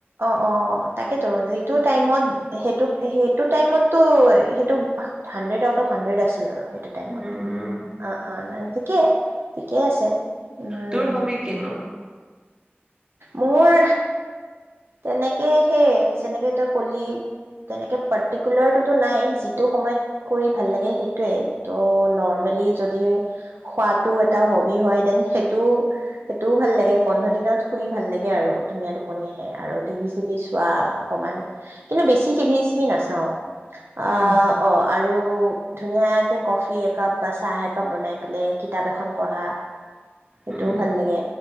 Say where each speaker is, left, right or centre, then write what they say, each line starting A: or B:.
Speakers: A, on the right; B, on the right.
A: অ', অ', তাকেতো যিটো টাইমত। সেইটো সেইটো টাইমতো সেইটো হানড্ৰেড আউট অফ। হানড্ৰেদ আছিল আৰু সেইটো টাইমত
B: উম,
A: অ', অ', ঠিকে ঠিকে আছে উম, উম।
B: তোৰ হবি কিনো
A: মোৰ তেনেকে সেই যেনেকে তই কলি, তেনেকে পাৰ্টিকুলাৰটোতো নাই যিটো সময়ত কৰি ভাল লাগে সেইটোৱে ত' নৰ্মেলি যদি খোৱাতটো এটা হবি হয় দেন সেইটো সেইটোও ভাল লাগে বন্ধত দিনত শুই ভাল লাগে আৰু ধুনীয়া টোপনি আহে আৰু টিভি চিভি চোৱা অকমান কিন্তু বেছি টিভি চিভি নাচাওঁ। আ‌‌
B: উম
A: অ আৰু ধুনীয়াকৈ কফি একাপ বা চাহ একাপ বনাই পেলাই কিতাপ এখন পঢ়া। সেইটোও
B: উম
A: ভাল লাগে।